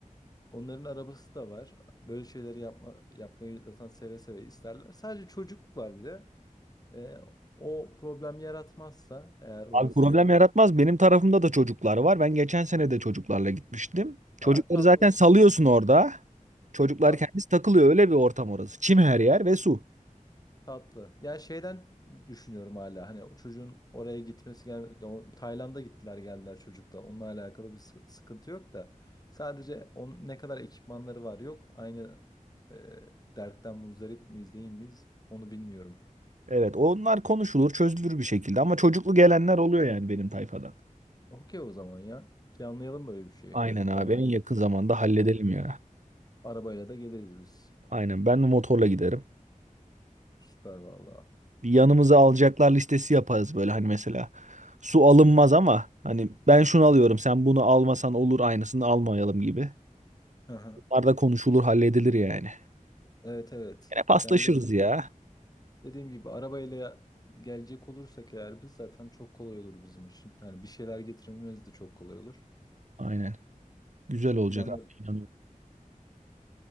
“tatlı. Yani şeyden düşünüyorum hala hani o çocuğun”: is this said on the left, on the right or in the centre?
Left